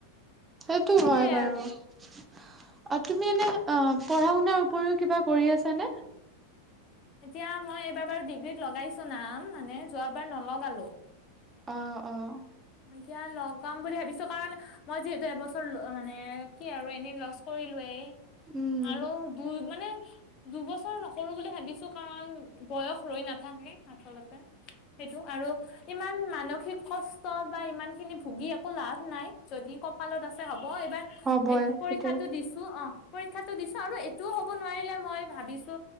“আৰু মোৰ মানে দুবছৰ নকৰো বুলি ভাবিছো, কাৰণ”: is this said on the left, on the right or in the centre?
Left